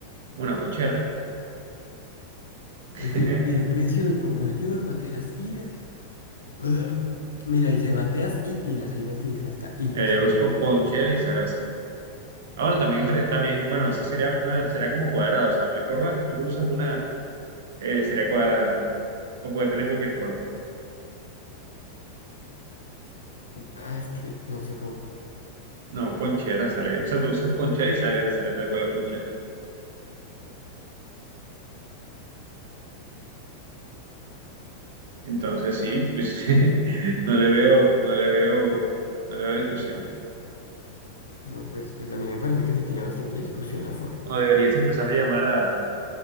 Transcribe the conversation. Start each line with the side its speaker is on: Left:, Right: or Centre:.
Right: una ponchera. <laughs>
Left: Es que, mira, precio del por mayor, bateas tiras. O sea, mira, dice bateas y tinas. Hay unas que dicen hasta y,
Right: Eh,
Left: o sea, no
Right: busco
Left: es un...
Right: ponchera y sale así. Ahora también, es re- también, bueno, esa sería una, será como cuadrada. O sea, la forma que tú conoces una eh, sería cuadrada, ¿no? O puede tener cualquier forma.
Left: Ah, es que no sé cómo...
Right: No, ponchera sale. O sea, tú buscas ponchera y sale, sale tal cual la ponchera. Entonces sí, pues, <laughs> no le veo, no le veo, no le veo discusión.
Left: No, pues, pues a mí me parece que sí tiene bastante discusión la forma.
Right: No deberías empezar a llamar a,